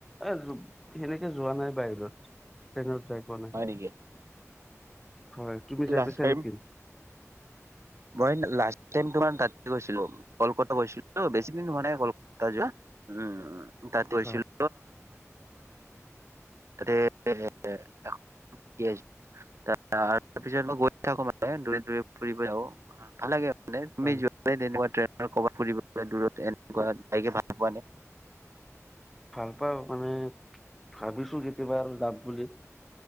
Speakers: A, in the centre; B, on the right.
A: এ, সেনেকে যোৱা নাই বাহিৰত। ট্ৰেনত যাই পোৱা নাই,
B: নেকি?
A: হয়, তুমি যাই
B: লাষ্ট
A: পাইছা
B: টাইম
A: নেকি?
B: মই লাষ্ট টাইম তোমাৰ তাতে গৈছিলোঁ‌, কলকাতা গৈছিলো, বেছি দিন হোৱা নাই কল কাতা যোৱা, উম, তাত গৈছিলোঁ‌।
A: হয়
B: <unintelligible> তাৰপিছত মই গৈ থাকো মানে দূৰে দূৰে ফুৰিব আহ আৰু। অ ভাল লাগে মানে তুমি
A: হয়
B: যোৱা <unintelligible> কৰবাত ফুৰিব দূৰত এনেকুৱাকে ভাল পোৱা নাই।
A: ভাল পাওঁ মানে ভাবিছো কেতিয়াবা আৰু যাম বুলি।